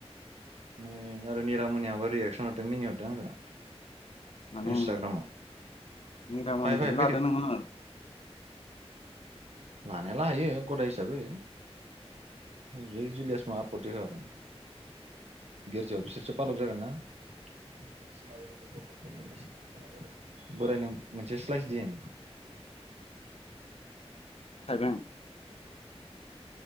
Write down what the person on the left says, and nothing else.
<unintelligible>
मिरामनिखौनो
लादो नोङो
थाइबें